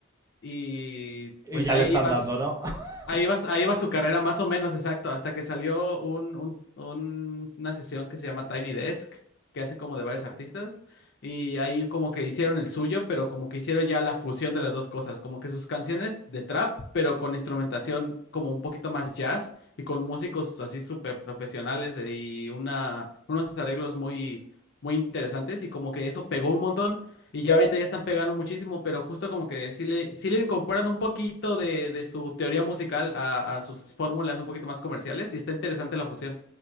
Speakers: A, on the left; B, on the right.
A: Y
B: Y
A: pues
B: ya
A: ahí
B: le están
A: iba
B: dando, ¿no? <laughs>
A: Ahí va, ahí va su carrera más o menos, exacto, hasta que salió un, un- un- una sesión que se llama Tiny Desk, que hacen como de varios artistas, y ahí como que hicieron el suyo, pero como que hicieron ya la fusión de las dos cosas, como que sus canciones de trap, pero con instrumentación como un poquito más jazz y con músicos así súper profesionales eh, y una, unos arreglos muy, muy interesantes, y como que eso pegó un montón. Y ya ahorita ya están pegando muchísimo, pero justo como que sí le, sí le incorporan un poquito de, de su teoría musical a, a sus fórmulas un poquito más comerciales y está interesante la fusión.